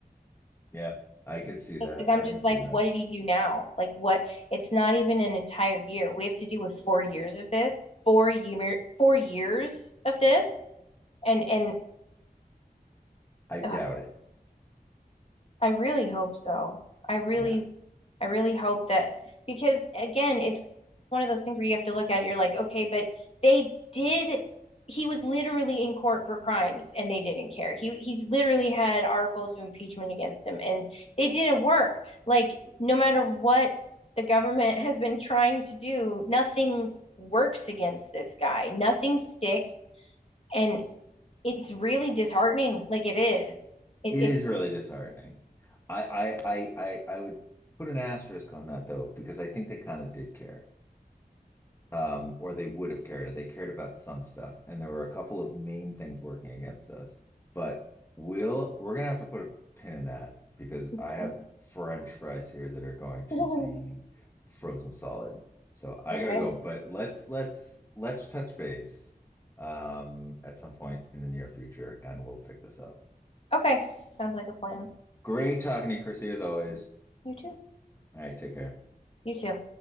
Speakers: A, on the left (about 15°); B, on the left (about 40°).
A: yeah, I can see that.
B: like I'm
A: I
B: just
A: can see
B: like,
A: that.
B: what did he do now? Like what? It's not even an entire year. We have to deal with four years of this, four year, four years of this, and and
A: I doubt
B: ugh,
A: it.
B: I really hope so. I really,
A: Yeah.
B: I really hope that because again, it's one of those things where you have to look at it. You're like, okay, but they did. He was literally in court for crimes, and they didn't care. He he's literally had articles of impeachment against him, and they didn't work. Like no matter what the government has been trying to do, nothing works against this guy. Nothing sticks, and it's really disheartening. Like it is. It,
A: It
B: it's
A: is really disheartening. I I I I, I would put an asterisk on that though, because I think they kind of did care. Um, or they would have cared. They cared about some stuff. And there were a couple of main things working against us. But we'll we're gonna have to put a pin in that because
B: Okay.
A: I have French fries here that are going to
B: <laughs>
A: be frozen solid. So I
B: Okay.
A: gotta go. But let's let's let's touch base um at some point in the near future and we'll pick this up.
B: Okay. Sounds like a plan.
A: Great talking to you, Chrissy, as always.
B: You too.
A: All right, take care.
B: You too.